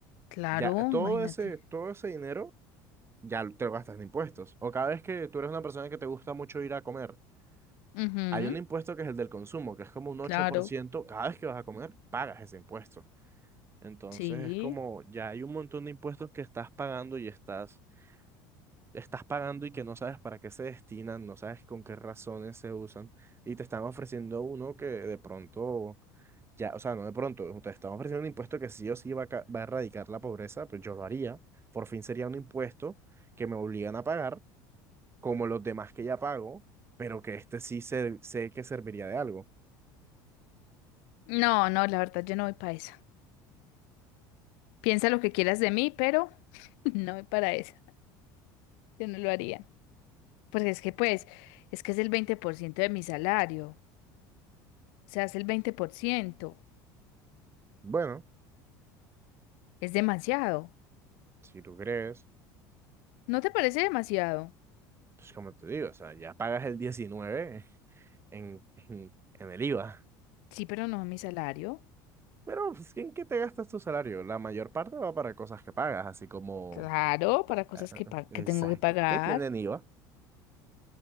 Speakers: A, on the left; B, on the right.
A: claro,
B: Ya eh, todo
A: imagínate.
B: ese, todo ese dinero ya te lo gastas en impuestos. O cada vez que tú eres una persona que te gusta mucho ir a comer,
A: Ujú,
B: hay un impuesto que es el del consumo, que es como un ocho
A: claro,
B: por ciento. Cada vez que vas a comer, pagas ese impuesto. Entonces
A: sí.
B: es como ya hay un montón de impuestos que estás pagando y estás, estás pagando y que no sabes para qué se destinan, no sabes con qué razones se usan y te están ofreciendo uno que de pronto, ya, o sea, no de pronto, te están ofreciendo un impuesto que sí o sí va a, ca- va a erradicar la pobreza, pues yo lo haría. Por fin sería un impuesto que me obligan a pagar como los demás que ya pago, pero que este sí se, sé que serviría de algo.
A: No, no, la verdad yo no voy para esa. Piensa lo que quieras de mí, pero <laughs> no voy para esa. Yo no lo haría. Porque es que pues, es que es el 20% de mi salario. O sea, es el 20%.
B: Bueno,
A: Es demasiado.
B: si tú crees.
A: ¿No te parece demasiado?
B: pues como te digo, o sea, ya pagas el 19 en, en, en el IVA.
A: Sí, pero no a mi salario.
B: Pero, pues, ¿en qué te gastas tu salario? La mayor parte va para cosas que pagas, así como...
A: Claro, para cosas
B: ah, ah,
A: que, pa-
B: Exacto.
A: que tengo que pagar.
B: ¿Qué tienen IVA? O